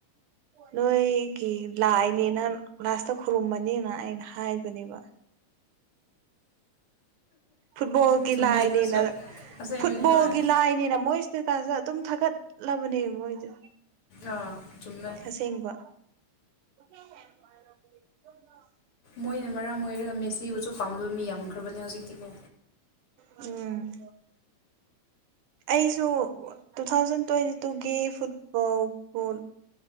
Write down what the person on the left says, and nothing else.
ꯆꯨꯝꯃꯦ
ꯑꯗꯨꯁꯨ ꯑꯁꯦꯡꯕꯅꯦ
ꯍꯣꯏ
ꯑꯥ ꯆꯨꯝꯃ
ꯃꯣꯏꯅ ꯃꯔꯝ ꯑꯣꯏꯔꯒ ꯃꯦꯁꯤꯕꯨꯁꯨ ꯄꯥꯝꯗꯕ ꯃꯤ ꯌꯥꯝꯈ꯭ꯔꯕꯅꯦ ꯍꯧꯖꯤꯛꯇꯤꯀꯣ